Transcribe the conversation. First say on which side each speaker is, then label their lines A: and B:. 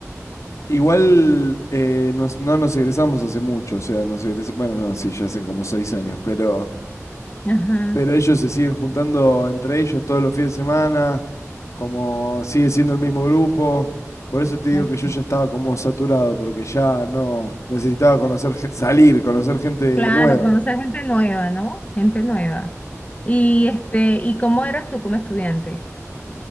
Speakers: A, on the left (about 65°); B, on the left (about 25°).
A: Igual eh, nos- no nos egresamos hace mucho, o sea, nos egres- bueno, no, sí, ya hacen como seis años, pero,
B: Ajá.
A: pero ellos se siguen juntando entre ellos todos los fines de semana, como sigue siendo el mismo grupo. Por eso te digo
B: ok.
A: que yo ya estaba como saturado, porque ya no necesitaba conocer, gen- salir, conocer gente
B: Claro,
A: nueva.
B: conocer gente nueva, ¿no? Gente nueva. Y este, ¿y cómo eras tú como estudiante?